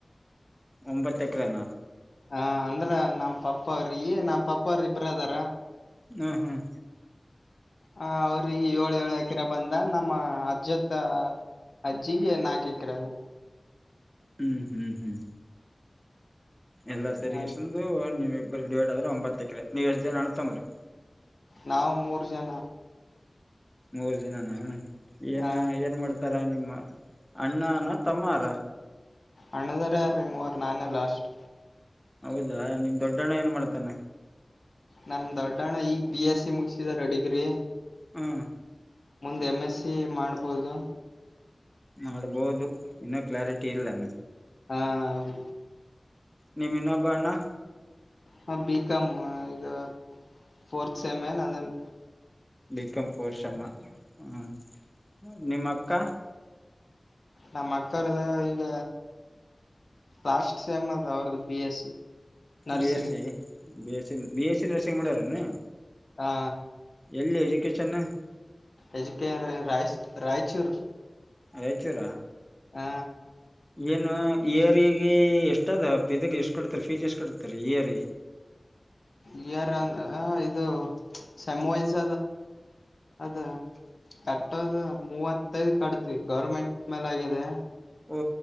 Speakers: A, in the centre; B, on the left.
A: ಒಂಬತ್ತ ಎಕರೆನ
B: ಹ ಅಂದ್ರ ನಮ್ಮ್ ಪಪ್ಪ ಅವ್ರಿ ನಮ್ಮ ಪಪ್ಪ ಅವ್ರ ಇಬ್ರ ಅದಾರ
A: ಹ್ಮ್ ಹ್ಮ್
B: ಹ ಅವ್ರ ಏಳು ಏಳು ಎಕರೆ ಬಂದ ನಮ್ಮ ಅಜ್ಜತ್ತ ಅಜ್ಜಿಗೆ ನಾಕು ಎಕರೆ ಅವು
A: ಹ್ಮ್ ಹ್ಮ್ ಹ್ಮ್ ಎಲ್ಲ
B: ಅದು
A: ಸೇರಿ ಎಷ್ಟಂದು ನೀವು ಡಿವೈಡ್ ಆದ್ರರು ಒಂಬತ್ತ ಎಕ್ರೆ ನೀವು ಎಷ್ಟು ಜನ ಅಣ್ಣತಮ್ಬಂದ್ರು
B: ನಾವು ಮೂರು ಜನ
A: ಮೂರು ಜನಾನ ಏನ್
B: ಆ
A: ಏನ್ ಮಾಡ್ತಾರಾ ನಿಮ ಅಣ್ಣಾನ ತಮ್ಮಾರ
B: ಅಣ್ಣಂದಿರ ಇದರ ರಿ ಮೂವರು ನಾನೇ ಲಾಸ್ಟ್
A: ಹೌದಾ ನಿಮ್ ದೊಡ್ಡಣ್ಣ ಏನ್ ಮಾಡ್ತಾನ
B: ನಮ್ ದೊಡ್ಡಣ್ಣ ಈ ಬಿ ಎಸ್ ಸಿ ಮುಗಿಸಿದಾರಿ ಡಿಗ್ರಿ
A: ಹ್ಮ
B: ಮುಂದ ಎಮ್ ಎಸ್ ಸಿ ಮಾಡ್ಬೋದು
A: ಮಾಡ್ಬೋದು ಇನ್ನೂ ಕ್ಲಾರಿಟಿ ಇಲ್ಲಾ
B: ಹಾ ಹೌ
A: ನೀಮ್ಮ ಇನ್ನೊಬ್ಬ ಅಣ್ಣ
B: ಹಾ ಬಿ ಕಾ ಮ್ ಈಗ ಫೋರ್ತ್ ಸೆಮ ಏನ್ ಅದಾನ್
A: ಬಿಕಾಂ ಫೋಶ್ ಮ್ಮ ಹಾ ನಿಮ್ಮ ಅಕ್ಕ
B: ನಮ್ಮ ಅಕ್ಕರ್ದು ಈಗ ಲಾಸ್ಟ್ ಸೆಮ್ ಅದ ಅವ್ರ್ದು B S C nursing
A: B S C, B S C, B S C nursing ಮಾಡ್ಯಾರ <unintelligible>
B: ಹಾ
A: ಎಲ್ಲಿ ಎಜುಕೇಶನ್
B: ಏಜುಕೆಯರ್ ರಾಯ ರಾಯಚೂರ್
A: ರಾಯಚೂರ
B: ಹಾ
A: ಏನು ಇಯರಿಗೆ ಎಷ್ಟ ಅದ ಪದಗೆ ಎಷ್ಟು ಕಡ್ತರಿ ಫೀಜ್ ಎಷ್ಟ ಕಡ್ತರಿ ಇಯರ್
B: ಇಯರ್ ಇದು ಸೆಮ್ ವೈಸ್ ಅದ ಕಟ್ಟೋದ ಮೂವತ್ತೈದು ಕಟ್ತಿವಿ ಗೌರ್ಮೆಂಟ್ ಮೇಲ್ ಆಗಿದೆ
A: ಓ